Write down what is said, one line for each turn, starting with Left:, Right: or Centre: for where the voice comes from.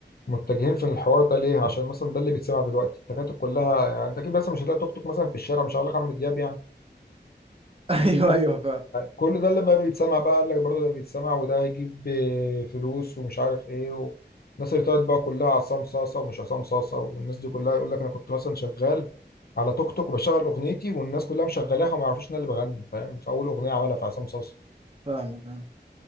Left: متجهين في الحوار ده ليه عشان
Right: <laughs>
Left: مثلا ده اللي بيتسمع دلوقتي التكاتك كلها يعني انت اكيد مثلا مش هتلاقي توك توك مثلا في الشارع مش هقول لك عمرو دياب يعني
Right: ايوه ايوه فاهم
Left: كل ده لما بيتسمع بقى قال لك برضه ده بيتسمع وده هيجيب آه، فلوس ومش عارف ايه و... الناس اللي طلعت بقى كلها عصام صاصه ومش عصام صاصه والناس دي كلها يقول لك انا كنت مثلا شغال على توك توك وبشغل اغنيتي والناس كلها مشغلاها وما يعرفوش ان انا اللي بغني فاهم فاول اغنيه عملها في عصام صاصه
Right: فاهمك فاهم.